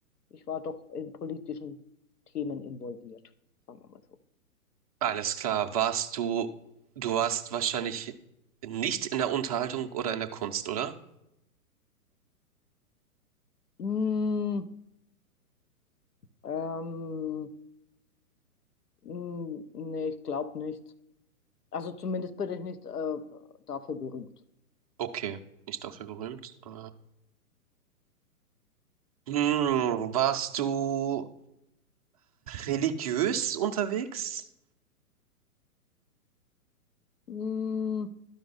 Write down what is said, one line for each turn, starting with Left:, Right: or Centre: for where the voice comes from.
Left: ich war doch in politischen Themen involviert, sagen wir mal so.
Right: Alles klar, warst du, du warst wahrscheinlich nicht in der Unterhaltung oder in der Kunst, oder?
Left: Hm, ähm, hm, nee, ich glaube nicht. Also zumindest bin ich nicht äh, dafür berühmt.
Right: Okay, nicht dafür berühmt. Äh, hm, warst du religiös unterwegs?
Left: Hm,